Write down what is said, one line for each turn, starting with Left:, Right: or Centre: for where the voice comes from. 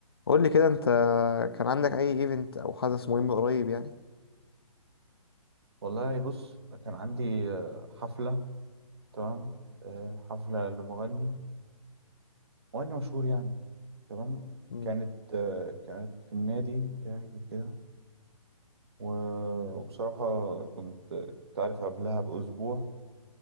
Left: قول لي كده انت كان عندك اي ايفنت او حدث مهم قريب يعني
Right: والله بص كان عندي آه، حفلة تمام آه، حفلة لمغني مغني مشهور يعني تمام
Left: مم.
Right: كانت آه، كانت في النادي بتاعي وكده و- وبصراحة كنت كنت عارف قبلها بأسبوع